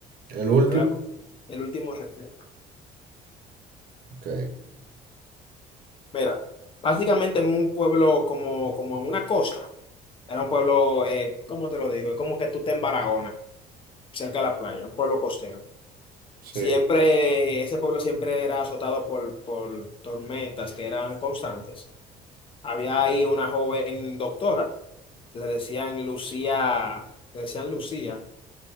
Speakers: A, on the right; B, on the left.
A: El último,
B: Te voy a co- El último refugio.
A: ok.
B: Mira, básicamente en un pueblo como, como en una costa. Era un pueblo, eh, ¿cómo te lo digo? Es como que tú te en Barahona, cerca de la playa, un pueblo costero.
A: Sí,
B: Siempre, ese pueblo siempre era azotado por, por tormentas que eran constantes. Había ahí una joven doctora, le decían Lucía, le decían Lucía,